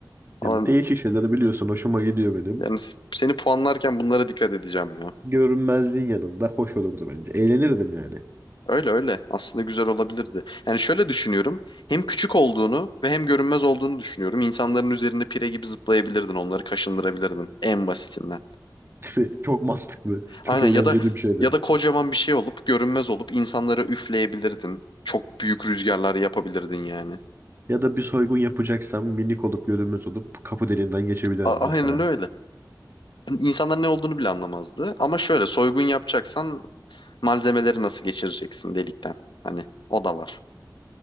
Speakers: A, on the left; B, on the right.
A: Ama
B: Yani değişik şeyleri biliyorsun hoşuma gidiyor benim.
A: Yani s- seni puanlarken bunlara dikkat edeceğim ya.
B: Görünmezliğin yanında hoş olurdu bence. Eğlenirdim yani.
A: Öyle öyle. Aslında güzel olabilirdi. Yani şöyle düşünüyorum. Hem küçük olduğunu ve hem görünmez olduğunu düşünüyorum. İnsanların üzerinde pire gibi zıplayabilirdin. Onları kaşındırabilirdin en basitinden.
B: <laughs> Çok mantıklı. Çok
A: Aynen
B: eğlenceli
A: ya da
B: bir şeydi.
A: ya da kocaman bir şey olup görünmez olup insanlara üfleyebilirdin. Çok büyük rüzgarlar yapabilirdin yani.
B: Ya da bir soygun yapacaksam minik olup görünmez olup kapı deliğinden geçebilirim
A: A-
B: mesela.
A: aynen öyle. Yani İnsanlar ne olduğunu bile anlamazdı. Ama şöyle soygun yapacaksan malzemeleri nasıl geçireceksin delikten? Hani o da var.